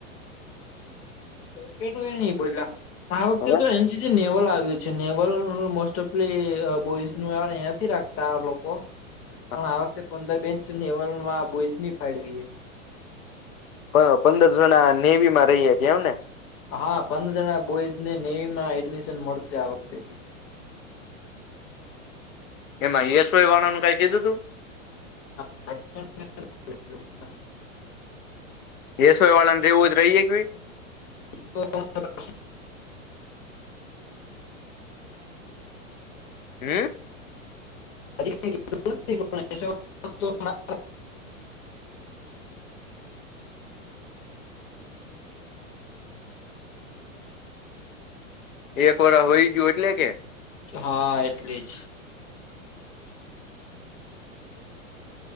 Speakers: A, on the left; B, on the left.
A: <unintelligible> બોયલા આ વખતે
B: હવે
A: તો એનસી જે નેવલ આવ્યું છે, નેવલ મોસ્ટ ઓફલી બોઈઝ નંથી રાખતા લોકો
B: <unintelligible>
A: પણ આ વખતે પંદર બેન્ચ લેવલમાં બોઈઝ ની ફાળવી.
B: પા પંદરસો ના નેવી માં રહીએ કે એમ ને.
A: હા પંદર જણા બોઈઝ ને નેવી માં એડમિશન મળશે આ વખતે થી.
B: એમાં એસ વાય વાળાનું કઈ કીધું તું.
A: <unintelligible> <unintelligible>
B: એસ વાય વાળાને રહેવું જ રહીએે <unintelligible>
A: <unintelligible>
B: હામ.
A: <unintelligible>
B: એક વાળ હોઈ ગયું એટલે કે.
A: હા એટલે જ.